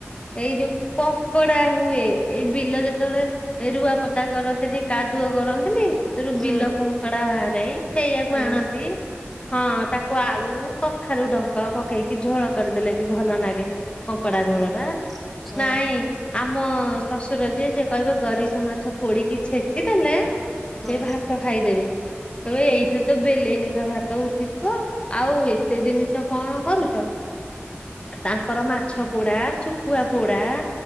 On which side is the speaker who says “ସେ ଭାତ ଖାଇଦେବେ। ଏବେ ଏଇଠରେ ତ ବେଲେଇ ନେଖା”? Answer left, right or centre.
Left